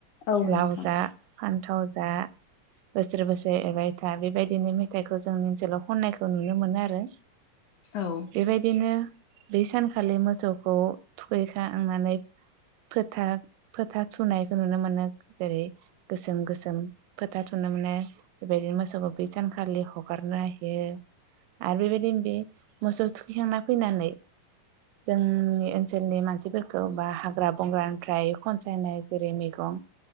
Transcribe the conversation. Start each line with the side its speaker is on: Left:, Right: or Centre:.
Left: औ
Right: लाव
Left: नोंथां
Right: जा फान्थाव जा बोसोर बोसोर एरबाय था बेबायदिनो मेथाइखौ जोंनि ओनसोलाव खननायखौ नुयो नुनो मोनो आरो
Left: औ
Right: बेबायदिनो बै सानखालि मोसौखौ थुखैखांनानै फोथा फोथा थुनायखौ नुनो मोनो जेरै गोसोम गोसोम फोथा थुनो मोनो बेबायदिनो मोसौखौ बै सानखालि हगारना होयो। आरो बेबायदिनो बे मोसौ थुखैखांना फैनानै जोंनि ओनसोलनि मानसिफोरखौ बा हाग्रा बंग्रानिफ्राय खनसायनाय जेरै मैगं